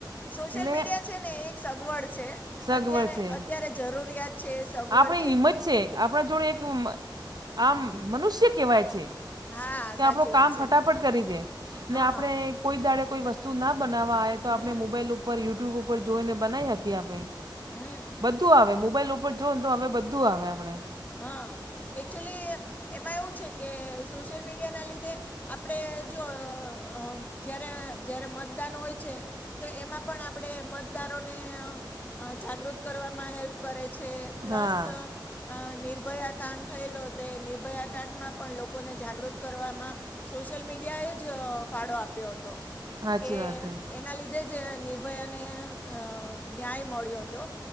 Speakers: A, on the left; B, on the right.
A: સોશિયલ
B: ને
A: મીડિયા છે ને એક સગવડ છે
B: સગવડ
A: અત્યારે
B: છે
A: અત્યારે જરૂરિયાત છે સગવડ
B: આપણી હિંમત છે આપણા જોડે એક આમ મનુષ્ય કહેવાય છે.
A: હા
B: કે
A: સાચી
B: આપણું કામ
A: વાત છે
B: ફટાફટ કરી દે
A: હા
B: ને આપણેે કોઈ દાડે કોઈ વસ્તુ ના બનાવા આવે તો
A: હમ
B: આપણે મોબાઈલ ઉપર યુટ્યુબ ઉપર જોઈને બનાવી શકીએ આપણે
A: હમ્મ.
B: બધું આવે મોબાઈલ ઉપર જો ને તો હવે બધું આવે આપડે.
A: હા એકચુલી એમાં એવું કે સોશિયલ મીડિયા ના લીધે આપડે જો અહ જયારે જયારે મતદાન હોય છે તો એમાં પણ આપડે મતદારોને અહ અહ જાગૃત કરવામાં હેલ્પ કરે છે, પ્લસ
B: હા
A: અહ અહ નિર્ભયા કાંડ થયેલો તે નિર્ભયા કાંડમાં પણ લોકોને જાગૃત કરવામાં સોશિયલ મીડિયાએ જ ફાળો આપ્યો હતો
B: સાચી
A: કે
B: વાત છે
A: એના લીધે જ નિર્ભયાને અહ ન્યાય મળ્યો તો